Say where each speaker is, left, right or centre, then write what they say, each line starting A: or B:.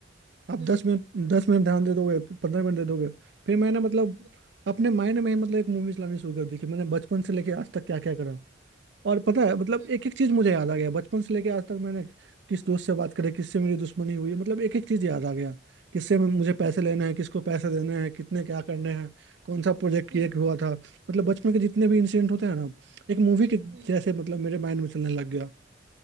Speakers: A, on the right; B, on the right.
A: आप
B: हम्म
A: दस मिनट दस मिनट ध्यान दे दोगे पंद्रह मिनट दे दोगे फिर मैंने मतलब
B: वही,
A: अपने माइंड में ही मतलब एक मूवीज लानी शुरू कर दी कि मैंने बचपन से लेके आज तक क्या क्या करा और पता है मतलब
B: हम्म
A: एक एक चीज मुझे याद आ गया बचपन से लेके आज तक मैंने किस दोस्त से बात करी किससे मेरी दुश्मनी हुई मतलब एक एक चीज याद आ गया किससे मैं- मुझे पैसे लेने हैं किसको पैसे देने हैं कितने क्या करने हैं कौन सा प्रोजेक्ट
B: हम्म
A: ये हुआ था मतलब बचपन के जितने भी इंसिडेंट होते हैं ना एक मूवी के
B: हम्म,
A: जैसे मतलब मेरे माइंड में चलने लग गया